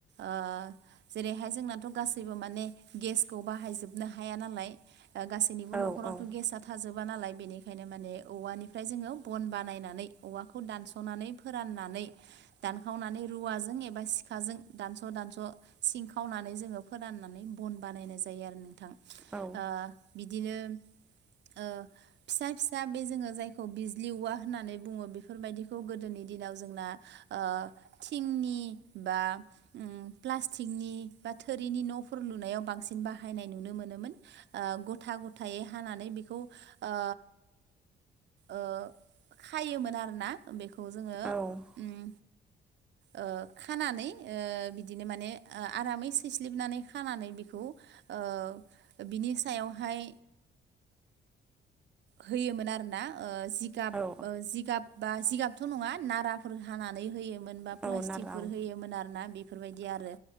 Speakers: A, on the right; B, in the centre.
A: ओ। जेरैहाय जोंनाथ गासैबो माने गेसखौ बाहायजोबनो हाया नालाय ओ गासैनिबो
B: औ
A: नखरावथ
B: औ
A: गेस थाजोबा नालाय बेनिखायनो माने औवानिफ्राय जोङो बन बानायनानै औवाखौ दानसनानै फोराननानै दानखनानै रुवाजों एबा सिखाजों जों दानस दानस सिंखावनानै जोङो फोराननानै बन बानायनाय जायो आरो नोंथां।
B: औ
A: ओ बिदिनो। ओ फिसा फिसा बे जोङो जायखौ बिज्लि औवा। होननानै बुङो बेफोरबायदिखौ गोदोनि दिनाव जोंना ओ थिंनि बा। ओ प्लास्टिकनि बा थोरिनि नफोर लुनायाव बांसिन बाहायनाय नु नोमोन ओ गथा गथायै हानानै बेख खौ ओ ओ खायोमोन आरो ना बे खौ जोङो
B: औ
A: उम ओ खानानै ओ बिदिनो माने ओ आरामै सैस्लिबनानै खानानै बेखौ। ओ बिनि सायावहाय। होयोमोन आरो ना ओ। जिगाब
B: औ
A: जिगाब बा जिगाबथ नङा नाराफोर हानानै होयोमोन बा प्लास्टिकफोर
B: औ नारा औ
A: होयोमोन आरो ना बेफोर बायदि आरो